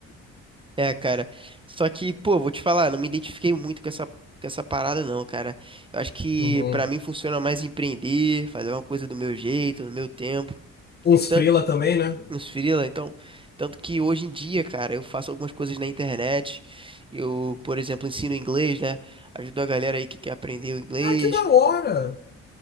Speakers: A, on the right; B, on the left.
A: É, cara. Só que, pô, vou te falar, não me identifiquei muito com essa, com essa parada, não, cara. Eu acho que
B: Uhum.
A: pra mim funciona mais empreender, fazer uma coisa do meu jeito, no meu tempo.
B: Uns
A: Tan-
B: frila também, né?
A: Nos freela, então. Tanto que hoje em dia, cara, eu faço algumas coisas na internet. Eu, por exemplo, ensino inglês, né? Ajudo a galera aí que quer aprender o inglês.
B: Ah, que da hora!